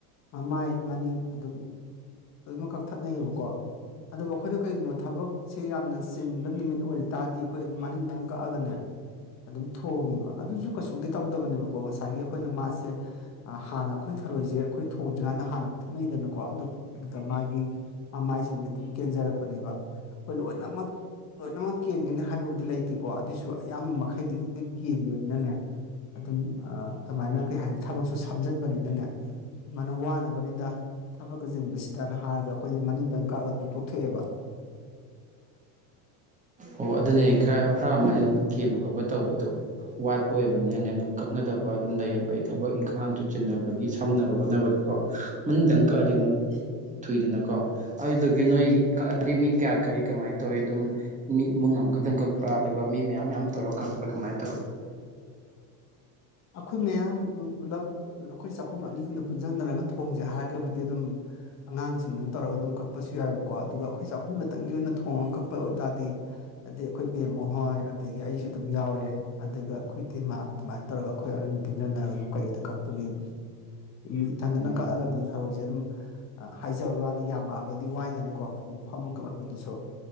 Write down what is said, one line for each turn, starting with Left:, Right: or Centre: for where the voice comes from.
Left: ꯃꯃꯥꯏ ꯃꯅꯤꯡ ꯑꯗꯨꯝ ꯂꯣꯏꯃꯛ ꯀꯛꯊꯠꯅꯩꯌꯦꯕꯀꯣ ꯑꯗꯨꯕꯨ ꯑꯩꯈꯣꯏꯅ ꯀꯩꯒꯨꯝꯕ ꯊꯕꯛꯁꯤ ꯌꯥꯝꯅ ꯆꯤꯟꯕ ꯅꯨꯃꯤꯠ ꯑꯣꯏꯔ ꯇꯥꯔꯗꯤ ꯑꯩꯈꯣꯏ ꯑꯗꯨꯝ ꯃꯅꯤꯡꯗꯪ ꯀꯛꯑꯒꯅꯦ ꯑꯗꯨꯝ ꯊꯣꯡꯉꯦꯕ ꯑꯗꯨꯁꯨ ꯀꯩꯁꯨꯗꯤ ꯇꯧꯗꯕꯅꯦꯕꯀꯣ ꯉꯁꯥꯏꯒꯤ ꯑꯩꯈꯣꯏꯅ ꯃꯥꯁꯦ ꯑꯥ ꯍꯥꯟꯅ ꯑꯩꯈꯣꯏ ꯊꯔꯣꯏꯁꯦ ꯑꯩꯈꯣꯏ ꯊꯣꯡꯗ꯭ꯔꯤꯀꯥꯟꯗ ꯍꯥꯟꯅ ꯐꯨꯠꯅꯩꯗꯅꯀꯣ ꯑꯗꯨ <unintelligible> ꯃꯥꯒꯤ ꯃꯃꯥꯏꯁꯤꯡꯁꯦ ꯑꯗꯨꯝ ꯀꯦꯟꯖꯔꯛꯄꯅꯦꯕ ꯑꯩꯈꯣꯏ ꯂꯣꯏꯅꯃꯛ ꯂꯣꯏꯅꯃꯛ ꯀꯦꯟꯒꯅꯤ ꯍꯥꯏꯕꯕꯨꯗꯤ ꯂꯩꯇꯦꯀꯣ ꯑꯗꯨꯏꯁꯨ ꯑꯌꯥꯝꯕ ꯃꯈꯩꯗꯤ ꯀꯦꯟꯒꯤꯕꯅꯤꯅꯅꯦ ꯑꯗꯨꯝ ꯑꯥ ꯑꯗꯨꯃꯥꯏꯅ ꯀꯩ ꯍꯥꯏꯅꯤ ꯊꯕꯛꯁꯨ ꯁꯝꯖꯟꯕꯅꯤꯅꯅꯦ ꯃꯅ ꯋꯥꯅꯕꯅꯤꯗ ꯊꯕꯛꯀ ꯆꯤꯟꯕꯁꯤꯗꯅ ꯍꯥꯏꯔꯒ ꯑꯩꯈꯣꯏꯗꯤ ꯃꯅꯤꯡꯗꯪ ꯀꯛꯑꯒ ꯑꯗꯨꯝ ꯇꯨ ꯊꯣꯛꯑꯦꯕ
Right: ꯑꯣ ꯑꯗꯨꯅꯦ ꯈꯔ ꯈꯔ ꯑꯃꯗꯤ ꯑꯗꯨꯝ ꯀꯦꯝꯕ ꯈꯣꯠꯄ ꯇꯧꯕꯗꯣ ꯋꯥꯠꯄ ꯑꯣꯏꯕꯅꯤꯅꯅꯦ ꯑꯗꯨꯝ ꯀꯛꯅꯗꯕ ꯑꯗꯨꯝ ꯂꯩꯌꯦꯕ ꯑꯩ ꯊꯕꯛ ꯏꯪꯈꯥꯡꯁꯨ ꯆꯤꯟꯅꯕꯒꯤ ꯁꯝꯅꯕ ꯍꯣꯠꯅꯕꯗꯀꯣ ꯃꯅꯨꯡꯗꯪ ꯀꯛꯑꯗꯤ ꯑꯃꯨꯛ ꯊꯨꯏꯗꯅꯀꯣ ꯑꯗꯨꯗꯨꯒꯤ ꯅꯣꯏ ꯀꯛꯑꯗꯤ ꯃꯤ ꯀꯌꯥ ꯀꯔꯤ ꯀꯃꯥꯏꯅ ꯇꯧꯏ ꯑꯗꯨꯝ ꯃꯤ ꯏꯃꯨꯡ ꯑꯃꯈꯛꯇꯪ ꯀꯛꯄ꯭ꯔꯥ ꯑꯗꯨꯒ ꯃꯤ ꯃꯌꯥꯝ ꯃꯌꯥꯝ ꯇꯧꯔ ꯀꯛꯄ꯭ꯔꯥ ꯀꯃꯥꯏꯅ ꯇꯧꯏ
Left: ꯑꯩꯈꯣꯏ ꯃꯌꯥꯝ ꯄꯨꯂꯞ ꯑꯩꯈꯣꯏ ꯆꯥꯛꯈꯨꯝ ꯑꯅꯤ ꯑꯍꯨꯝꯗꯣ ꯄꯨꯟꯁꯤꯟꯅꯔꯒ ꯊꯣꯡꯁꯦ ꯍꯥꯏꯔꯒꯕꯨꯗꯤ ꯑꯗꯨꯝ ꯑꯉꯥꯡꯁꯤꯡꯗꯨꯅ ꯇꯧꯔꯒ ꯑꯗꯨꯝ ꯀꯛꯄꯁꯨ ꯌꯥꯏꯑꯕꯀꯣ ꯑꯗꯨꯒ ꯑꯩꯈꯣꯏ ꯆꯥꯛꯈꯨꯝ ꯈꯛꯇꯪꯒꯤ ꯑꯣꯏꯅ ꯊꯣꯡꯉꯒ ꯀꯛꯄ ꯑꯣꯏꯇꯥꯔꯗꯤ ꯑꯗꯩ ꯑꯩꯈꯣꯏ ꯕꯦꯝꯃ ꯍꯣꯏ ꯑꯗꯒꯤ ꯑꯩꯁꯨ ꯑꯗꯨꯝ ꯌꯥꯎꯔꯦ ꯑꯗꯨꯒ ꯑꯩꯈꯣꯏ ꯇꯩꯃꯥ ꯑꯗꯨꯃꯥꯏꯅ ꯇꯧꯔꯒ ꯑꯩꯈꯣꯏ ꯑꯍꯥꯟ ꯄꯨꯟꯁꯤꯟꯅꯔꯒ ꯑꯗꯨꯡ ꯀꯛꯏꯗ ꯀꯛꯄꯒꯤꯕꯨꯗꯤ ꯏꯊꯟꯇꯅ
Right: ꯎꯝ
Left: ꯀꯛꯑꯒꯗꯤ ꯊꯔꯣꯏꯖꯦ ꯑꯗꯨꯝ ꯍꯥꯏꯖꯕ ꯋꯥꯅꯤ ꯌꯥꯝꯃꯛꯑꯒꯗꯤ ꯋꯥꯏꯗꯅꯀꯣ ꯐꯝꯃ ꯀꯛꯂꯛꯄꯗꯨꯁꯨ